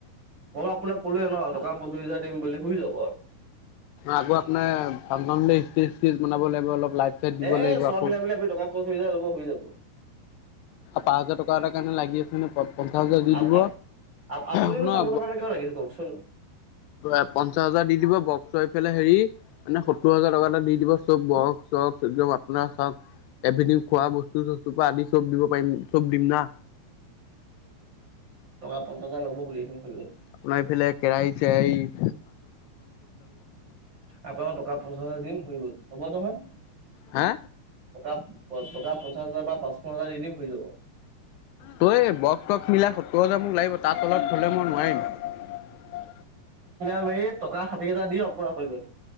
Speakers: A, on the right; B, on the left.
A: মই আপোনাক ক'লোৱে ন' টকা পঞ্চাছ হাজাৰ দিম বুলি হৈ যাব আৰু।
B: আকৌ আপোনাৰ ফাংচন বা ষ্টেজ চেজ বনাব লাগিব অলপ। লাইট চাইট দিব
A: এ,
B: লাগিব
A: চোৱা
B: আকৌ।
A: মিলা মিলা আমি টকা পঁচিছ হাজাৰৰ ভিতৰত হৈ যাব।
B: পাঁচ হাজাৰ টকা এটা কাৰণ লাগি আছ নে। পঞ্চাছ হাজাৰ দি
A: আপ
B: দিব।
A: আপ আপুনিনো
B: শুনক
A: পঞ্চাছ হাজাৰ কাৰণে কিয় লাগিছে কওকচোন?
B: এক পঞ্চাশ হাজাৰ দি দিব বক চক হৈ পেলাই হেৰি মানে সত্তৰ হাজাৰ টকা এটা দি দিব। চব বক চক একদম আপোনাৰ চাওক এভেনিও খোৱা বস্তু চস্তুৰপা আদি চব দিব পাৰিম, চব দিম না।
A: <unintelligible>
B: আপোনাৰ এইফালে কেৰাহী চে এই
A: আপোনাক টকা পঞ্চাচ হাজাৰ দিম, সুই গ'ল, হ'ব নহয়।
B: হা।
A: টকা টকা পঞ্চাশ হাজাৰ বা পাঁচপোন হাজাৰ দি দিম, হৈ যাব।
B: তই, বক তক মিলাই, সত্তৰ হাজাৰ মোক লাগিব। তা তলত হলে, মই নোৱাৰিম।
A: এই, টকা ষাঠি হেজাৰ দি অপৰাধ হৈ গ'ল।